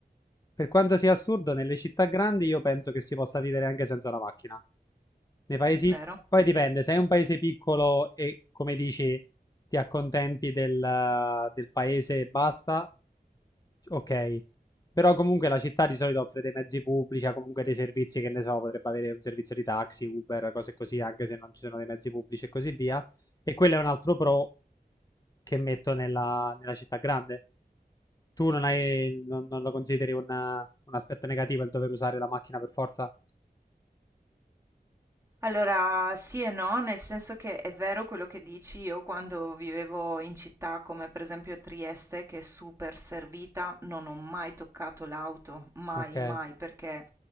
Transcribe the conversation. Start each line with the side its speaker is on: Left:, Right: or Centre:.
Left: Per quanto sia assurdo, nelle città grandi io penso che si possa vivere anche senza una macchina. Nei paesi...
Right: vero?
Left: Poi dipende, se è un paese piccolo e, come dici, ti accontenti del, del paese e basta, Ok, però comunque la città di solito offre dei mezzi pubblici, ha comunque dei servizi che ne so, potrebbe avere un servizio di taxi, Uber, cose così, anche se non ci sono dei mezzi pubblici e così via. E quello è un altro pro che metto nella, nella città grande. Tu non hai, non, non lo consideri una- un aspetto negativo il dover usare la macchina per forza?
Right: Allora, sì e no, nel senso che è vero quello che dici, io quando vivevo in città come per esempio Trieste, che è super servita, non ho mai toccato l'auto, mai,
Left: Ok,
Right: mai, perché